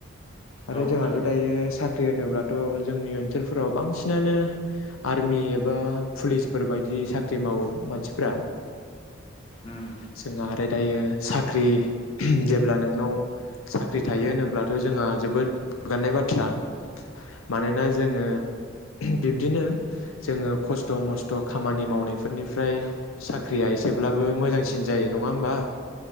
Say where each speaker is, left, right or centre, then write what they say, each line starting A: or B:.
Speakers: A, on the left (about 80°); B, on the left (about 25°).
A: आरो
B: औ नोंथां
A: जोंहाथ' दायो साख ख्रि होनोब्लाथ' जोंनि ओनसोलफोराव बांसिनानो आर्मि एबा पुलिसफोर बायदि साख्रि मावो मानसिफ्रा
B: उम
A: जोंहा आरोद दायो साख्रि जेब्ला नोंनाव साख्रि थायो होनोब्लाथ' जोंहा जोबोद गोगानाय बाथ्रा मानोना जोङो बिब्दिनो जोङो खस्थ' मस्थ' खामानि मावनायफोरनिफ्राय साख्रिया एसेब्लाबो मोजांसिन जायो नङा होमबा